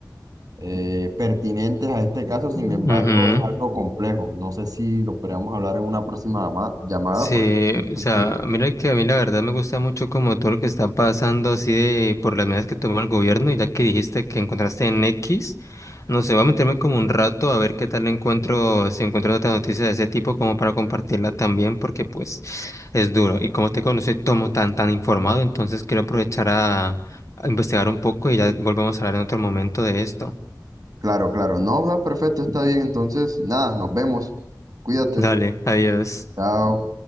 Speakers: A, on the right; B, on the left.
A: eh, pertinentes a este caso, sin
B: ujú,
A: embargo, es algo complejo. No sé si lo podríamos hablar en una próxima ama- llamada,
B: Sí,
A: porque siento
B: o sea,
A: que...
B: mira que a mí la verdad me gusta mucho como todo lo que está pasando así de por las medidas que toma el gobierno y ya que dijiste que encontraste en X, no sé, voy a meterme como un rato a ver qué tal encuentro, si encuentro otra noticia de ese tipo como para compartirla también porque pues es duro y como te conocí tomo tan tan informado, entonces quiero aprovechar a, a investigar un poco y ya volvemos a hablar en otro momento de esto.
A: Claro, claro, no, ah, perfecto, está bien, entonces, nada, nos vemos. Cuídate,
B: Dale, adiós.
A: chao.